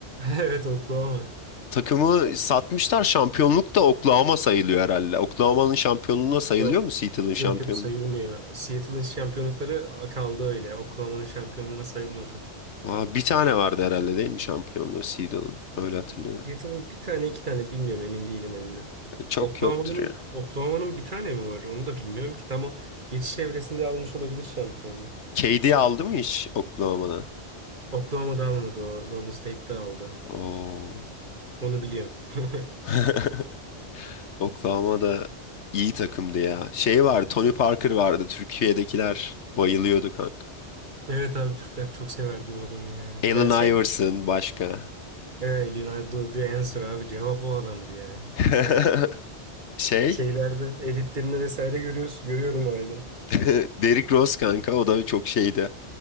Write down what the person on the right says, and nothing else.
evet Oklahoma.
Yok.
Yok yok sayılmıyor. Seattle'ın şampiyonlukları kaldı öyle. Oklahoma'nın şampiyonluğuna sayılmadı.
Seattle'ın bir tane iki tane bilmiyorum emin değilim emmi.
Oklahoma'nın
Oklahoma'nın bir tane mi var? Onu da bilmiyorum ki. Tam o geçiş evresinde almış olabilir şampiyonluk.
Oklahoma'da almadı o. Golden State'de aldı.
Onu biliyorum. <laughs>
Evet abi Türkler çok severdi o adamı ya.
Ya şey
evet Leonardo the Answer abi cevap o adamdı ya.
Yani
şeylerde editlerini vesaire görüyoruz, görüyorum hala.